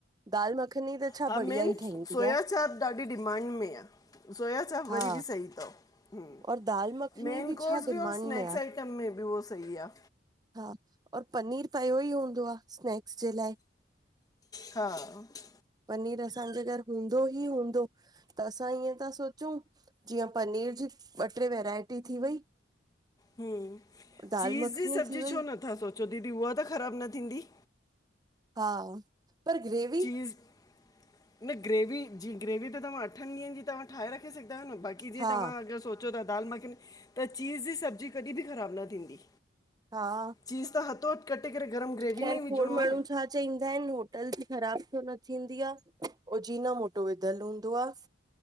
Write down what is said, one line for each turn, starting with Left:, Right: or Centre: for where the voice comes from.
Right: दाल मखनी त छा
Left: हा
Right: बढ़िया
Left: मेनस
Right: ई ठहींदी
Left: सोया
Right: आहे
Left: चाप ॾाढी डिमांड में आ, सोया चाप
Right: हा
Left: वरी बि सही तव। हुम
Right: और दाल मखनी
Left: मेन कोर्स
Right: छा
Left: बि
Right: डिमांड
Left: और स्नैक्स
Right: में आहे
Left: आइटम में बि उहो सही आ।
Right: हा और पनीर पयो ई हूंदो आ स्नैक जे लाइ
Left: हा हम्म।
Right: पनीर असांजे घर हूंदो ही हूंदो। त असां ईअं ता सोचूं जीअं पनीर जी ॿ ट्रे वैरायटी थी वई।
Left: हम
Right: दाल
Left: चीज़
Right: मखनी
Left: जी सब्जी
Right: थी वई
Left: छो नथा सोचो दीदी उहा त ख़राब न थींदी।
Right: हा पर ग्रेवी
Left: चीज़ न ग्रेवी जी ग्रेवी त तव्हां अठन ॾींहंनि जी तव्हां ठाहे रखे सघदा आहियो न, बाक़ी जीअं
Right: हा
Left: तव्हां अगरि सो चयो त दाल मखनी, त चीज़ जी सब्जी कॾि बि ख़राबु न थींदी।
Right: हा
Left: चीज़ त हथो हथु कटे करे गरम ग्रेवी
Right: ख़ैर
Left: में ई
Right: खोड़
Left: विझणो
Right: माण्हू
Left: आ न।
Right: छा चईंदा आहिनि होटल जी ख़राब कोन थींदी आ, ओजीना मोटो विधलु हूंदो आ।